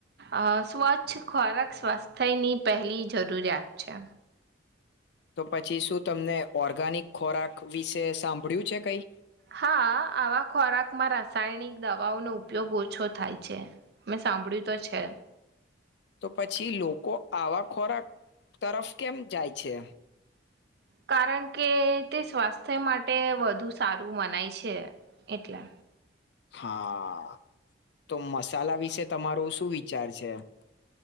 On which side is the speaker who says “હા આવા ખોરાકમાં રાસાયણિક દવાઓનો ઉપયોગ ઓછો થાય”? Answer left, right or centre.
Right